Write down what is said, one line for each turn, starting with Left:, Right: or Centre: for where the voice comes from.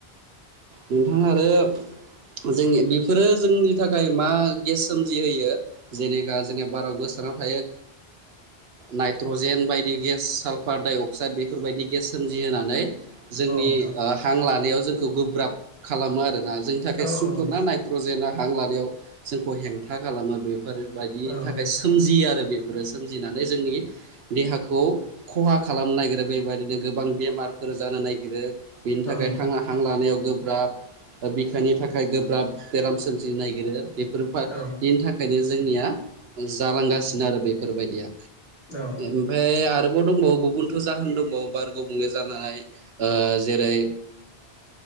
Right: नोंथाङा आरो जों बेफोरो जोंनि थाखाय मा गेस सोमजिहोयो। जेनेखा जोंनिया बाराव गोसारनानै थायो। नाइट्रजेन बायदि गेस साल्फार डाइ अक्साइद बेफोरबायायदि गेस सोमजिहोनानै जोंनि
Left: नोंथां
Right: हां लानायाव जोंखौ गोब्राब खालामो आरोना। जोंनि थाखाय
Left: औ
Right: सुथुर
Left: औ
Right: ना नाइट्रजेना हां लानायाव जोंखौ हेंथा खालामो बेफोरो बायदिनि
Left: औ
Right: थाखाय
Left: नोंथां
Right: सोमजियो आरो बेफोरो सोमजिनानै जोंनि देहाखौ खहा खालामनो नागिरो बेबायदिनो गोबां बेमारफोर जानो नायगिरो बेनि
Left: औ
Right: थाखाय
Left: नोंथां
Right: हां लानायाव गोबां गोब्राब बिखानि थाखाय गोब्राब बेराम सोमजिनो नागिरो। बेफोर बेनि
Left: औ
Right: थाखायनो जोंनिया जालांगासिनो आरो बेफोरबायदिया
Left: नोंथां औ नोंथां
Right: ओमफ्राय आरोबाव दंबावो गुबुनथ' जाहोन दंबावो बार गुबुंले जानाय। ओ जेरै